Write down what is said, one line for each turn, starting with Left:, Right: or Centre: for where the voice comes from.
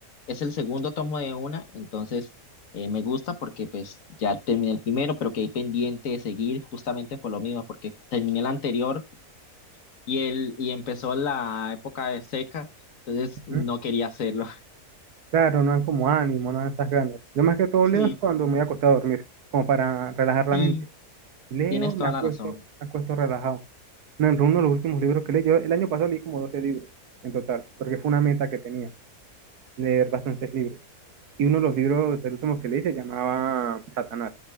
Left: es el segundo tomo de una, entonces eh, me gusta porque pues ya terminé el primero, pero quedé pendiente de seguir justamente por lo mismo, porque terminé el anterior y él y empezó la época de seca, entonces no
Right: Ujú.
Left: quería hacerlo. <laughs>
Right: Claro, no dan como ánimo, no dan esas ganas. Yo más que todo
Left: Sí,
Right: leo es cuando me voy a acostar a dormir, como para relajar la
Left: sí,
Right: mente. Leo,
Left: tienes
Right: me
Left: toda
Right: acuesto,
Left: la razón.
Right: me acuesto relajado. No, entre uno de los últimos libros que leí, yo el año pasado leí como 12 libros en total, porque fue una meta que tenía, leer bastantes libros. Y uno de los libros, el último que leí, se llamaba Satanás.